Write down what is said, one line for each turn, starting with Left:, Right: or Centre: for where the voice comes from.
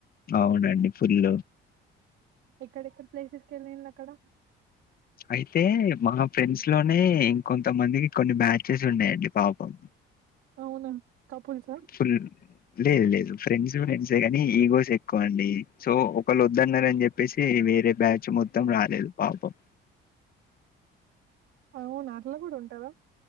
Left: అవునండి ఫుల్.
Right: ఎక్కడెక్కడ ప్లేసెస్ కెళ్ళిళ్ళు అక్కడ.
Left: అయితే మా ఫ్రెండ్స్ లోనే కొంతమందికి కొన్ని బ్యాచెస్ ఉన్నాయండి పాపం.
Right: అవునా కపుల్సా
Left: ఫుల్ లేదు లేదు ఫ్రెండ్స్ ఫ్రెండ్సే కానీ ఈగోస్ ఎక్కువ అండి సో ఒకళ్ళు వద్దన్నారు అని చెప్పేసి వేరే బ్యాచ్ మొత్తం రాలేదు పాపం.
Right: అవునా అట్ల కూడా ఉంటదా.